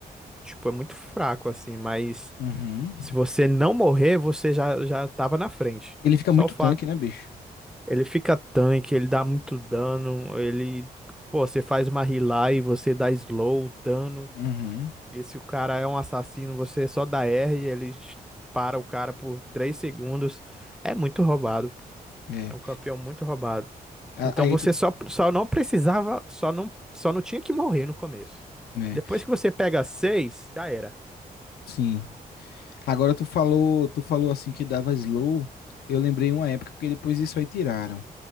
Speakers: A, in the centre; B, on the left.
A: tipo, é muito fraco, assim, mas
B: Uhum.
A: se você não morrer, você já, já tava na frente.
B: Ele fica
A: Só
B: muito
A: o fato.
B: tanque, né, bicho?
A: Ele fica tanque, ele dá muito dano, ele, pô, você faz uma healer e você dá slow, dano.
B: Uhum.
A: E se o cara é um assassino, você só dá R e ele para o cara por 3 segundos. É muito roubado.
B: É.
A: É um campeão muito roubado.
B: A-
A: Então
B: Aí
A: você
B: tu...
A: só, só não precisava, só não, só não tinha que morrer no começo.
B: né?
A: Depois que você pega seis, já era.
B: Sim. Agora tu falou, tu falou assim que dava slow. Eu lembrei uma época que depois isso aí tiraram.